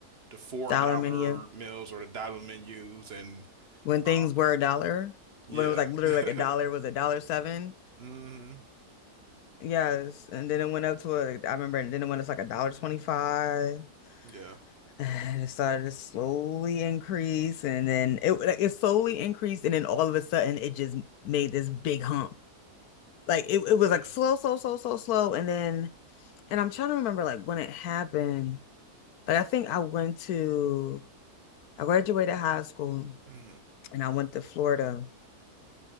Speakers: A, on the right (about 45°); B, on the left (about 75°).
A: the four
B: Dollar
A: dollar
B: menu.
A: meals or the dollar menus and
B: When things
A: uh,
B: were a dollar,
A: yeah.
B: when it was like literally
A: <laughs>
B: like a dollar was a dollar seven.
A: hmm
B: Yes, and then it went up to a, I remember, and then it went up to like a dollar twenty-five. <sighs>
A: Yeah.
B: And it started to slowly increase, and then it like it slowly increased, and then all of a sudden it just made this big hump. Like it, it was
A: Yeah.
B: like slow, slow, slow, slow, slow, and then. And I'm trying to remember like when it happened. Like I think I went to I graduated high school
A: hmm
B: and I went to Florida